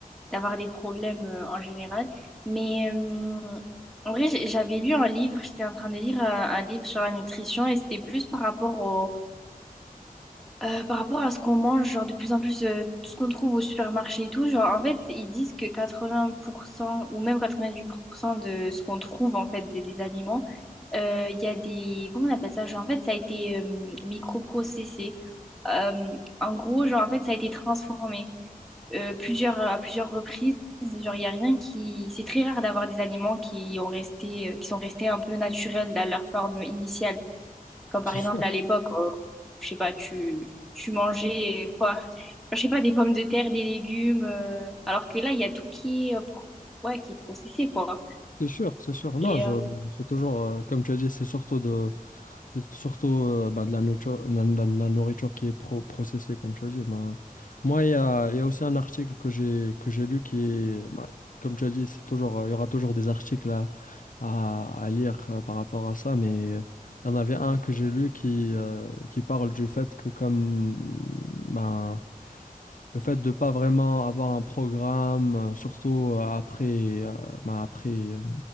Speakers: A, in the centre; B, on the left (about 60°).
A: d'avoir des problèmes euh, en général. Mais euh, en vrai, j'ai- j'avais lu un livre, j'étais en train de lire un, un livre sur la nutrition et c'était plus par rapport au, euh, par rapport à ce qu'on mange, genre de plus en plus, euh, tout ce qu'on trouve au supermarché et tout, genre en fait, ils disent que 80% ou même 98% de ce qu'on trouve en fait des, des aliments, euh, il y a des, comment on appelle ça? Genre en fait, ça a été euh, microprocessé. Euh, en gros, genre en fait, ça a été transformé euh, plusieurs, à plusieurs reprises. Genre, il y a rien qui, c'est très rare d'avoir des aliments qui ont resté, euh, qui sont restés un peu naturels dans leur forme initiale. Comme par
B: C'est
A: exemple
B: sûr,
A: à l'époque, euh, je sais pas, tu, tu mangeais quoi? Je sais pas, des pommes de terre, des légumes. euh, alors que là, il y a tout qui est, euh, pro- ouais, qui est processé, quoi.
B: c'est sûr, c'est sûr. Non,
A: Et,
B: je,
A: euh,
B: c'est toujours, euh, comme tu as dit, c'est surtout de, Surtout euh, ben, de la nourriture, la, la- la nourriture qui est pro- processée, comme tu as dit. Ben, moi, il y a, il y a aussi un article que j'ai que j'ai lu qui est, ben, comme tu as dit, c'est toujours, euh, il y aura toujours des articles à, à, à lire euh, par rapport à ça, mais euh, il y en avait un que j'ai lu qui, euh, qui parle du fait que comme ben, le fait de pas vraiment avoir un programme, euh, surtout euh, après, euh, bah, après euh,